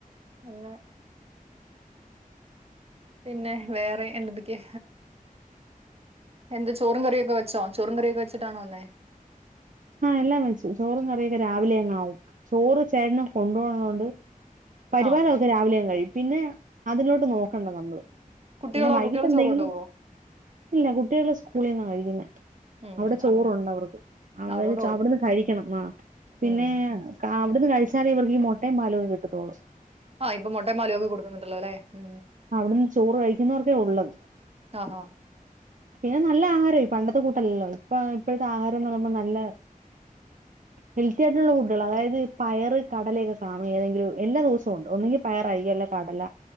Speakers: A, on the right (about 45°); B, on the right (about 60°).
A: അങ്ങനെ പിന്നെ വേറെ എന്തന്തൊക്കെ എന്താ ചോറും കറിയൊക്കെ വെച്ചോ ചോറും കറിയൊക്കെ വെച്ചിട്ടാണോ വന്നേ
B: ആഹ എല്ലാം വെച്ചു ചോറും കറിയൊക്കെ രാവിലെ അങ്ങ് ആവും ചോറ് ചേട്ടന കൊണ്ട് പോവാനൊള്ളതോണ്ട് പരുവനം
A: ആഹ്
B: ഒക്കെ രാവിലെ അങ്ങ് കഴിയും പിന്നെ അതിലോട്ട് നോക്കണ്ട നമ്മള്
A: കുട്ടികളോ
B: പിന്നെ വൈകിട്ട്
A: കുട്ടികള്
B: എന്തെങ്കിലും
A: ചോറ് കൊണ്ടോവോ
B: ഇല്ല കുട്ടികളെ സ്കൂളിൽന്ന കഴിക്കുന്നെ
A: ഉം
B: അവിടെ ചോറുണ്ട്
A: അങ്ങനെ
B: അവർക്ക് അവര്
A: ആ അതുകൊണ്ട് കൊഴപ്പം
B: അവിടുന്ന് കഴിക്കണം ആ പിന്നെ
A: ഉം
B: ആ അവിടുന്ന് കഴിച്ചാലേ ഇവർക്ക് ഈ മൊട്ടയും പാലൊക്കെ കി ട്ടത്തോള്ളൂ
A: ആഹ് ഇപ്പൊ മോട്ടേ പാലൊക്കെ കൊടുക്കുന്നുണ്ടല്ലോ അല്ലെ ഉ
B: അവിടുന്ന് ചോറ് കഴിക്കുന്നവർക്കേ ഉള്ളത്
A: ആഹഹ
B: പിന്നെ നല്ല ആഹാരം ഈ പണ്ടത്തെ കൂട്ടല്ലല്ലോ ഇപ്പ ഇപ്പോഴത്തെ ആഹാരം എന്ന് പറയുന്നത് നല്ല ഹെൽത്തി ആയിട്ടുള്ള ഫുഡുകൾ അതായത് പയറ് കടലയൊക്കെ കാണും ഏതെങ്കിലും എല്ലാ ദിവസവും ഉണ്ട് ഒന്നെങ്കി പയറായിരിക്കും അല്ലെ കടല